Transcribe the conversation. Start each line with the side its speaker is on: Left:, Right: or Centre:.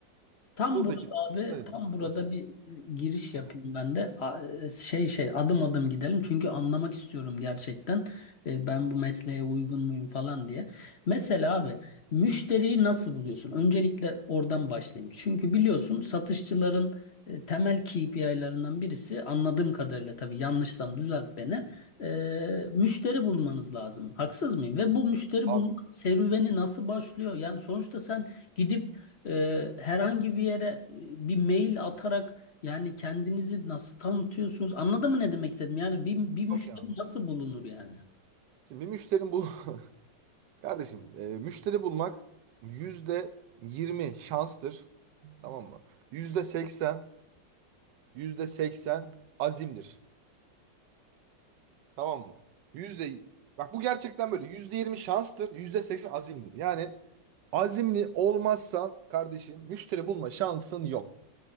Left: Tam
Right: Buradaki
Left: burada abi,
Right: Heh.
Left: tam burada
Right: Hı
Left: bir e, giriş yapayım
Right: hı.
Left: ben de. A- e, Şey şey adım adım gidelim çünkü anlamak istiyorum gerçekten. E, Ben bu mesleğe uygun muyum falan diye. Mesela abi müşteriyi nasıl buluyorsun? Öncelikle oradan başlayayım. Çünkü biliyorsun satışçıların e, temel KPI'lerinden birisi anladığım kadarıyla tabii yanlışsam düzelt beni. e, müşteri bulmanız lazım. Haksız mıyım? Ve bu müşteri
Right: Abi
Left: bulma serüveni nasıl başlıyor? Yani sonuçta sen gidip e, herhangi bir yere e, bir mail atarak yani kendinizi nasıl tanıtıyorsunuz? Anladın mı ne demek istedim? Yani bir, bir
Right: çok
Left: müşteri
Right: iyi abi.
Left: nasıl bulunur yani?
Right: Şimdi müşterim bul <laughs> kardeşim e, müşteri bulmak yüzde yirmi şanstır. Tamam mı? Yüzde seksen, yüzde seksen azimdir. Tamam mı? Yüzde bak bu gerçekten böyle. Yüzde yirmi şanstır, yüzde seksen azimdir. Yani Azimli olmazsan kardeşim müşteri bulma şansın yok.